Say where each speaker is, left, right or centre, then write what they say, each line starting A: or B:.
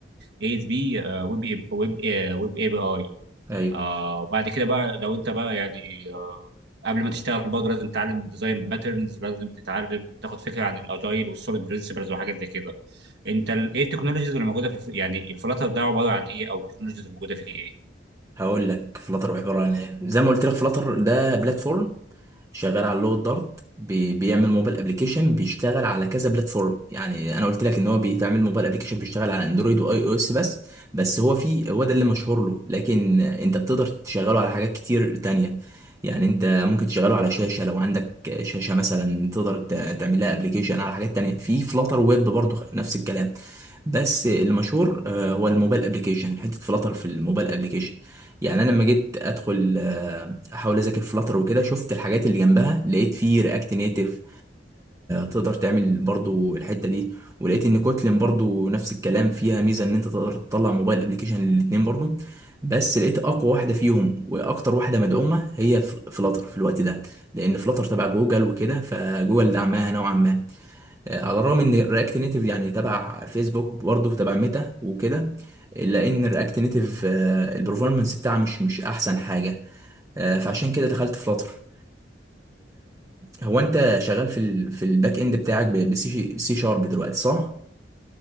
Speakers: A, on the right (about 65°); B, on the right (about 20°).
A: اي اس بي ويب ويب ويب اي بي اي
B: ايوه
A: آه وبعد كده بقى لو انت بقى يعني آه قبل ما تشتغل برضه لازم تتعلم ديزاين باترنز لازم تتعلم تاخد فكره عن الاجايل والسوليد برنسبلز وحاجات زي كده انت ال- ايه التكنولوجيز اللي موجوده في الف... يعني الفلاتر ده عباره عن ايه او التكنولوجيز اللي موجوده فيه ايه
B: هقول لك فلاتر عباره عن ايه زي ما قلت لك فلاتر ده بلاتفورم شغال على لغه دارت بي- بيعمل موبايل ابلكيشن بيشتغل على كذا بلاتفورم يعني انا قلت لك ان هو بيتعمل موبايل ابلكيشن بيشتغل على اندرويد واي او اس بس بس هو في هو ده اللي مشهور له لكن انت بتقدر تشغله على حاجات كتير تانية يعني انت ممكن تشغله على شاشه لو عندك شاشه مثلا تقدر ت- تعمل لها ابلكيشن على حاجات تانية في فلاتر ويب برضو نفس الكلام بس المشهور آه، هو الموبايل ابلكيشن حته فلاتر في الموبايل ابلكيشن يعني انا لما جيت ادخل آه، احاول اذاكر فلاتر وكده شفت الحاجات اللي جنبها لقيت فيه رياكت نيتف تقدر تعمل برضو الحته دي ولقيت ان كوتلين برضو نفس الكلام فيها ميزه ان انت تقدر تطلع موبايل ابلكيشن للاتنين برضو بس لقيت اقوى واحده فيهم واكتر واحده مدعومه هي فلاتر في الوقت ده لان فلاتر تبع جوجل وكده فجوجل دعمها نوعا ما آه، على الرغم ان رياكت نيتيف يعني تبع فيسبوك برضه تبع ميتا وكده الا ان رياكت نيتيف البرفورمانس بتاعها مش مش احسن حاجه آه، فعشان كده دخلت فلاتر هو انت شغال في ال في الباك اند بتاعك بسي سي شارب دلوقتي صح؟